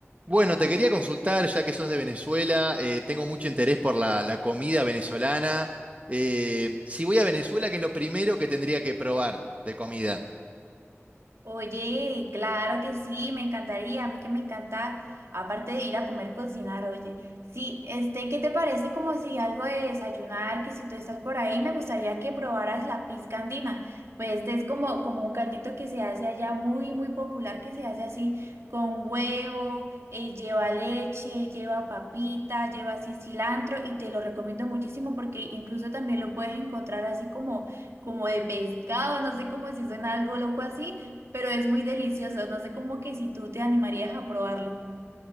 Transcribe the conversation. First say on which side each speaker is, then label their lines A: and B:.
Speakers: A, on the right; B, on the right.
A: Bueno, te quería consultar, ya que sos de Venezuela, eh, tengo mucho interés por la, la comida venezolana. Eh, si voy a Venezuela, ¿qué es lo primero que tendría que probar de comida?
B: Oye, claro que sí, me encantaría, a mí que me encanta, aparte de ir a comer, cocinar, oye. Sí, este, ¿qué te parece como si algo de desayunar, que si tú estás por ahí, me gustaría que probaras la pizca andina? Pues este es como, como un caldito que se hace allá muy, muy popular, que se hace así con huevo, eh, lleva leche, lleva papita, lleva así cilantro y te lo recomiendo muchísimo porque incluso también lo puedes encontrar así como, como de pescado, no sé, como si suena algo loco así pero es muy delicioso. No sé cómo que si tú te animarías a probarlo.